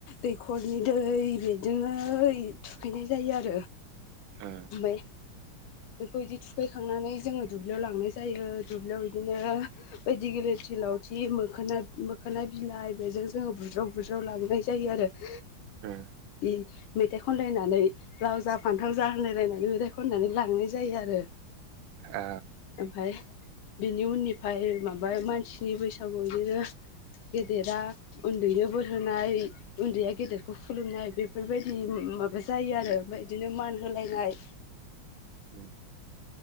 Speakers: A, on the left; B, on the right.
A: दैख खरनि दै बेजोंनो थुखैनाय जायो आरो।
B: ओ।
A: <unintelligible> बेखौ इदि थुखैखांनानै जोङो दुब्लियाव लांनाय जायो दुब्लियाव इदिनो दि गिलिरथि लावथि मोखोना मोखोना बिलाइ बेजों जोङो बुज्राव बुज्राव लांनाय जायो आरो। <inaudible>
B: उम।
A: इ मेथाइ खनलायनानै लाव जा फान्थाव जा होनलाय लायनानै मेथाइ खननानै लांनाय जा जायो आरो।
B: आ
A: ओमफाय बेनि उननिफाय माबा मानसिनि बैसागु इदिनो गेदेरा उन्दैनो बोर होनाय उन्दैया गेदेरखौ खुलुमनाय बेफोरबायदि माबा जायो आरो ओमफ्राय इदिनो मान होलायनाय
B: उम।